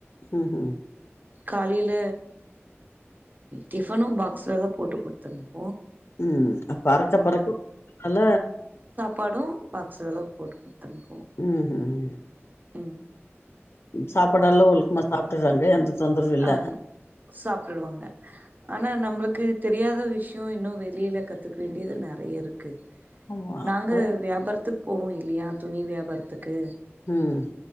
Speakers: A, on the left; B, on the right.
A: ஹ் ஹும்
B: காலையில டிஃபனும் பாக்ஸ்ல தான் போட்டு கொடுத்துடணும்
A: உஹம் அறக்க பறக்க நால
B: படும் பாக்ஸில போட்டு குடுத்தனுப்புவோ
A: உஹம் உஹம்
B: ம்
A: சாப்பாடெல்லாம் ஒழுக்கமா சாப்பிட்டுறாங்க எந்த தொந்தரவு இல்ல
B: ஆஹ் சாப்பிட்டுருவாங்க ஆனா நம்மளுக்கு தெரியாத விஷயம் இன்னும் வெளியில் கத்துக்க வேண்டியது நிறைய இருக்குது
A: ஆமா
B: நாங்க
A: அது
B: வியாபாரத்து போகும் இல்லையா துணி வியாபாரத்துக்கு
A: ஹம்